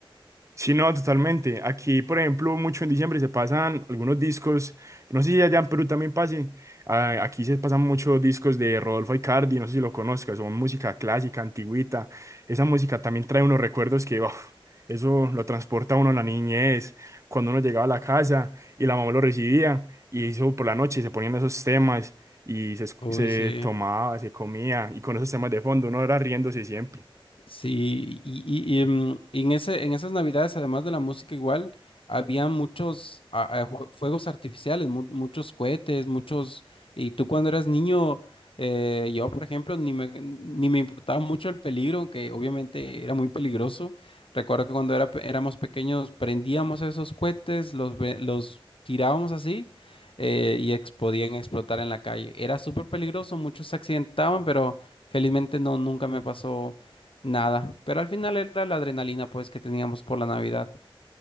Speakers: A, on the right; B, on the left.
A: Sí, no, totalmente. Aquí, por ejemplo, mucho en diciembre se pasan algunos discos, no sé si allá en Perú también pase, ah, aquí se pasan muchos discos de Rodolfo Aicardi, no sé si lo conozcas, son música clásica, antigüita, esa música también trae unos recuerdos que, uf, eso lo transporta a uno a la niñez, cuando uno llegaba a la casa y la mamá lo recibía, y eso por la noche se ponían esos temas, y se, escu-
B: Uy,
A: se
B: sí.
A: tomaba, se comía, y con esos temas de fondo uno era riéndose siempre.
B: Sí, y, y- y, em, y en ese, en esas navidades, además de la música igual, había muchos a- a jue- fuegos artificiales, mu- muchos cohetes, muchos... Y tú cuando eras niño, eh, yo por ejemplo, ni me, ni me importaba mucho el peligro, aunque obviamente era muy peligroso. Recuerdo que cuando era, pe- éramos pequeños prendíamos esos cohetes, los, ve- los tirábamos así eh, y ex- podían explotar en la calle. Era súper peligroso, muchos se accidentaban, pero felizmente no, nunca me pasó Nada, pero al final era la adrenalina pues que teníamos por la Navidad.